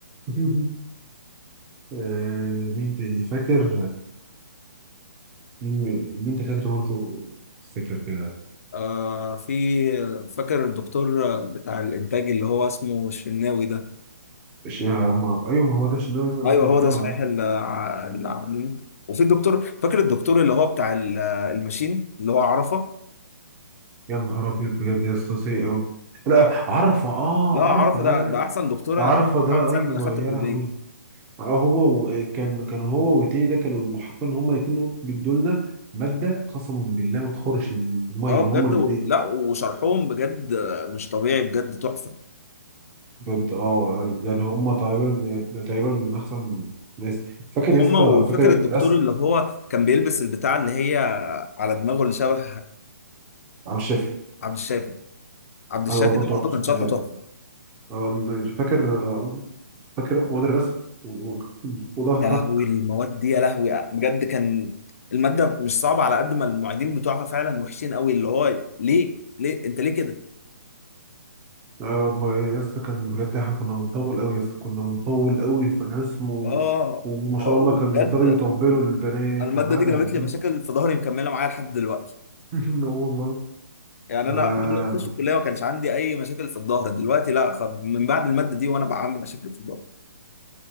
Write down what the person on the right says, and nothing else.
<laughs> آه، مين تاني فاكر مين مين دكاتره برضه تفتكر كده
الشيخ عمار. ايوه ما هو ده الشيخ اللي أنا
كنت بنتكلم
عليه
يا نهار ابيض بجد يا اسطى سيء قوي لا
عرفه اه
عرفه
لا
لا
لا
ده
عرفه
ده
ايوه
يا
لهوي آه، هو و- كان كان هو والتاني ده كانوا حرفيا هما الاتنين بيدوا لنا ماده قسما بالله ما تخرش الميه
هما
الاتنين
بجد اه يعني هما تقريبا يعني تقريبا من احسن ناس فاكر
يا اسطى
فاكر
رسم
عم الشافي
انا برضه
عم الشافي
ده
آه، فاكر آه، فاكر مواد الرسم و- و- وظهرك
آه، ما- يا اسطى كان بجد احنا كنا بنطول قوي يا اسطى كنا بنطول قوي في الرسم و...
وما
شاء
الله كان بيفضلوا يطبلوا للبنات
وحاجة
دي
<laughs> اه والله
انا